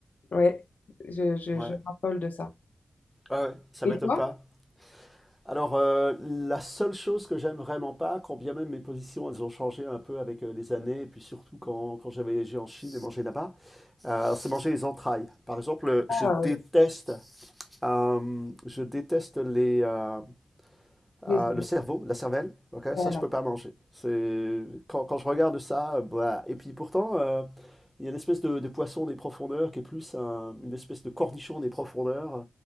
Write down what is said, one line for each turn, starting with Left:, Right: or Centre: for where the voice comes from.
Left: Ouais, je, je,
Centre: Ouais.
Left: je m'affole de ça.
Centre: Ouais, ouais, ça
Left: Et
Centre: m'étonne
Left: toi?
Centre: pas. Alors, euh, la seule chose que j'aime vraiment pas, quand bien même mes positions, elles ont changé un peu avec euh, les années, et puis surtout quand, quand j'ai voyagé en Chine et mangé là-bas, Euh, c'est manger les entrailles. Par exemple,
Left: Ah
Centre: je déteste,
Left: oui,
Centre: euh, je déteste les, euh, euh,
Left: les...
Centre: le cerveau, la cervelle. ok
Left: Voilà.
Centre: ça, je peux pas manger. C'est quand, quand je regarde ça, euh, bah, et puis pourtant, euh, il y a une espèce de, de poisson des profondeurs qui est plus un- une espèce de cornichon des profondeurs euh,